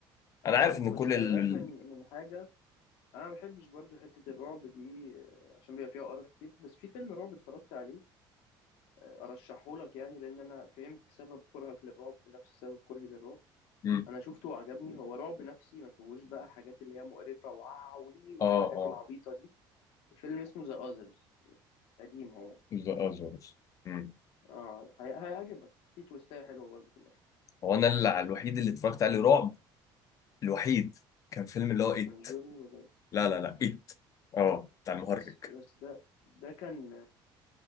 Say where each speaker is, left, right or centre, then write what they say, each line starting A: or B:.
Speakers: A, on the left; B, on the left.
A: انا
B: اه
A: عارف ان
B: بس
A: كل
B: خلي
A: ال
B: بالك
A: ال-
B: من من حاجه انا ما بحبش برضو حته الرعب دي آه، عشان بيبقى فيها قرف كتير بس في فيلم رعب اتفرجت عليه آه، ارشحه لك يعني لان انا فهمت سبب كرهك للرعب نفس سبب كرهي للرعب
A: مم.
B: انا شفته وعجبني هو رعب نفسي ما فيهوش بقى حاجات اللي هي مقرفه وعوي والحاجات
A: اه اه
B: العبيطه دي فيلم اسمه ذا اذرز قديم هو
A: ز- اه زوز مم.
B: اه هي- هيعجبك في تويستايه حلوه برضو في الاخر
A: هو انا اللي الوحيد اللي اتفرجت عليه رعب الوحيد كان فيلم اللي هو ايت
B: كونجورينج 8
A: لا لا لا ايت اه بتاع المهرج
B: بس بس ده ده كان